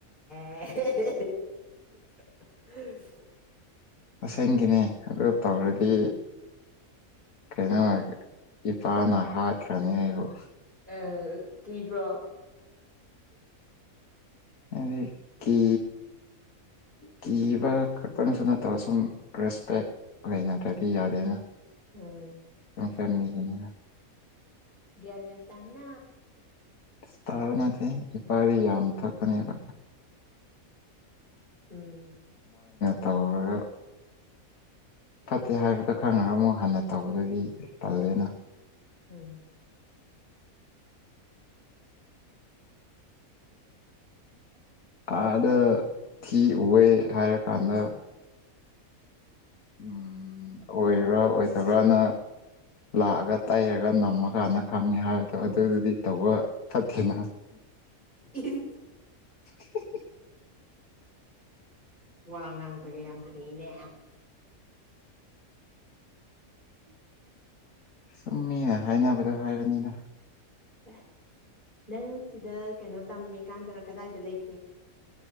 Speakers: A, on the left; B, on the left.
A: ꯑꯦ
B: ꯑꯁꯪꯒꯤꯅꯦ ꯑꯗꯨ ꯇꯧꯔꯗꯤ ꯀꯩꯅꯣ ꯏꯄꯥꯅ ꯍꯥꯠꯈ꯭ꯔꯅꯤ ꯑꯩꯕꯨ
A: ꯑ ꯇꯤꯕ꯭ꯔꯥ
B: ꯑꯗꯨꯠꯇ ꯀꯤꯕ ꯈꯛꯇꯪꯁꯨ ꯅꯠꯇꯕ ꯁꯨꯝ ꯔꯦꯁꯄꯦꯛ ꯂꯩꯅꯗ꯭ꯔꯗꯤ ꯌꯥꯗꯦꯅ
A: ꯎꯝ
B: ꯐꯃꯤꯒꯤꯅꯤꯅ
A: ꯌꯥꯝꯝ ꯇ ꯍꯥꯏꯅ
B: ꯁꯊꯥꯕꯅꯥꯗ ꯏꯕꯔꯤ ꯌꯥꯅꯊꯀꯅꯤꯕ
A: ꯎꯝ
B: ꯇꯧꯔ ꯐꯠꯇꯦ ꯍꯥꯏꯕꯗꯣ ꯈꯪꯉꯒ ꯑꯃꯨꯛ ꯍꯟꯅ ꯇꯧꯕꯗꯨꯗꯤ ꯇꯜꯜꯂꯤꯦꯅ
A: ꯎꯝ ꯎ
B: ꯑꯥꯗ ꯊꯤ ꯎꯑꯦ ꯍꯥꯏꯔꯀꯥꯟꯗ ꯎꯝ
A: ꯎ
B: ꯑꯣꯏꯕ꯭ꯔꯥ ꯑꯣꯏꯗꯕ꯭ꯔꯥꯅ ꯂꯥꯛꯑꯒ ꯇꯩꯔꯒ ꯅꯝꯃꯀꯥꯟꯗ ꯈꯪꯉꯦ ꯍꯥꯏꯕꯗꯨ ꯑ ꯑꯗꯨꯗꯨꯗꯤ ꯇꯧꯕ ꯐꯠꯇꯦꯅ
A: ꯏꯁ,
B: <unintelligible>
A: ꯋꯥ ꯉꯥꯡꯕꯒꯦ ꯌꯥꯝ ꯍꯩꯅꯦ <unintelligible>
B: ꯁꯨꯝ ꯃꯤꯅ ꯍꯥꯏꯅꯕꯗꯣ ꯍꯥꯏꯕꯅꯤꯗ
A: ꯑꯦ ꯅꯪ ꯁꯤꯗ ꯀꯩꯅꯣ ꯇꯝꯃꯤꯀꯥꯟꯗꯔ ꯀꯗꯥꯏꯗ ꯂꯩꯒꯦ